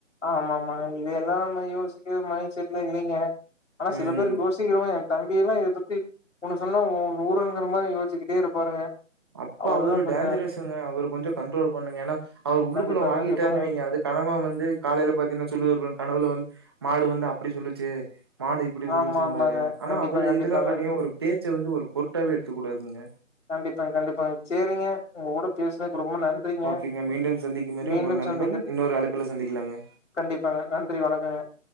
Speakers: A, on the left; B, on the right.
A: ஆமா ஆமாங்க இத எல்லா நம்ம யோசிக்கவே மைசெட்ல இல்லைங்க ஆனா
B: ம்.
A: சில பேர் யோசிக்கிறவங்க எ தம்பி எல்லா இரு பத்தி ஒண்ணு சொன்னா உ நூருங்கிறமா யோச்சுக்கிட்டே இருப்பாருங்க
B: அப்ப
A: அவருதா
B: அவரு
A: கொஞ்சோ
B: டேஞ்ஜரசுங்க அவர கொஞ்சோ கண்ட்ரோல் பண்ணுங்க ஏனா அவர் உள்ளுக்குள்ள
A: கண்டிப்பா
B: வாங்கிட்டாருனு
A: கண்டிப்பாங்க
B: வைங்க அது கனவா வந்து காலையில பாத்தீங்கனா சொல்லுவார் கனவுல வந்து மாடு வந்து அப்டி சொல்லுச்சு மாடு இப்டி சொல்லிச்சும்பாரு
A: ஆமா ஆமாங்க
B: ஆனா
A: கண்டிப்பா
B: அவரு
A: கண்டிப்பாங்க
B: இதுல பாத்தீங்கான ஒரு பே ச்ச வந்து ஒரு பொருட்டாவே எடுத்துக் கூடாதுங்க
A: கண்டிப்பாங்க கண்டிப்பாங்க சேரிங்க உங்க கூட பேஸ்னத் ரொம்ப நன்றிங்க
B: ஓகேங்க. மீண்டும் சந்திக்கும் வரை
A: மீண்டும்
B: உங்கள் நண்பன்
A: சந்த
B: இன்னொரு அழைப்புல சந்திக்கலாங்க.
A: கண்டிப்பாங்க நன்றி வணக்கங்க